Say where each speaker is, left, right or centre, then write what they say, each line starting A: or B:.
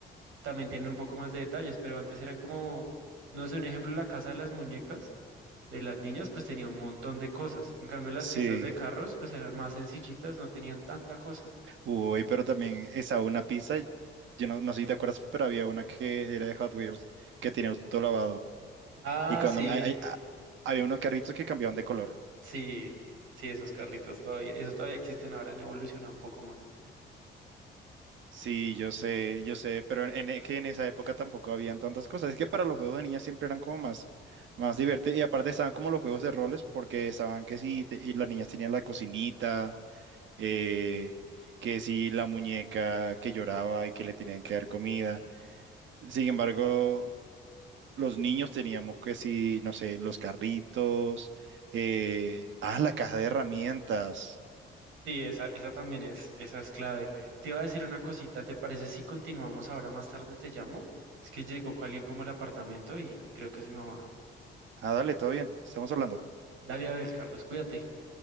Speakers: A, on the right; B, on the right.
A: también tienen un poco más de detalles, pero antes eran como, no sé, un ejemplo, la casa de las muñecas de las niñas, pues tenía un montón de cosas. En cambio, las pistas
B: Sí.
A: de carros, pues eran más sencillitas, no tenían tanta cosa.
B: Uy, pero también esa una pizza, yo no, no sé si te acuerdas, pero había una que era de Hot Wheels, que tenía auto lavado.
A: Ah,
B: Y cuando
A: sí,
B: me- hay- hay- había unos carritos que cambiaban de color.
A: sí, sí, esos carritos todavía, esos todavía existen, ahora han evolucionado un poco más.
B: Sí, yo sé, yo sé, pero en, en- e, que en esa época tampoco habían tantas cosas. Es que para los juegos de niñas siempre eran como más, más divertidos. Y aparte estaban como los juegos de roles, porque estaban que sí, te- y las niñas tenían la cocinita, eh, que sí, la muñeca que lloraba y que le tenían que dar comida. Sin embargo, los niños teníamos que sí, no sé, los carritos, eh, ah, la caja de herramientas.
A: Sí, esa, esa también es, esa es clave. Te iba a decir una cosita, ¿te parece si continuamos ahora más tarde? Te llamo. Es que llegó alguien como al apartamento y creo que es mi mamá.
B: Ah, dale, todo bien, estamos hablando.
A: Dale, a ver, Carlos, cuídate.